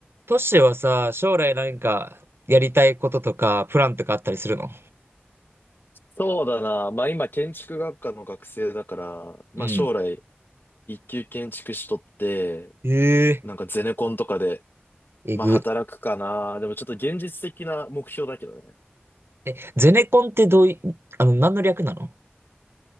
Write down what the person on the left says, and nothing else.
そうだな。まあ今建築学科の学生だから、まあ将来
一級建築士とって、
なんかゼネコンとかで、
まあ働くかな。でもちょっと現実的な目標だけどね。